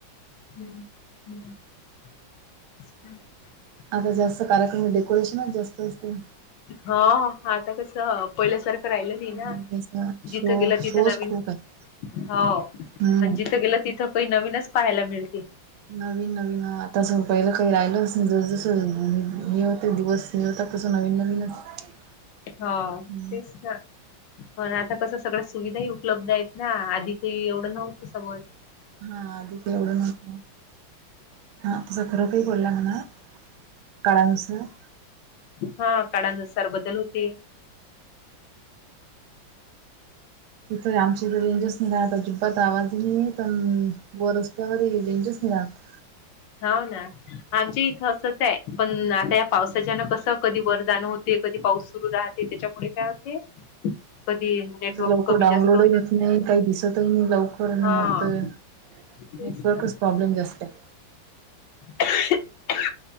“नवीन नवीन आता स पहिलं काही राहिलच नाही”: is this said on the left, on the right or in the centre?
Right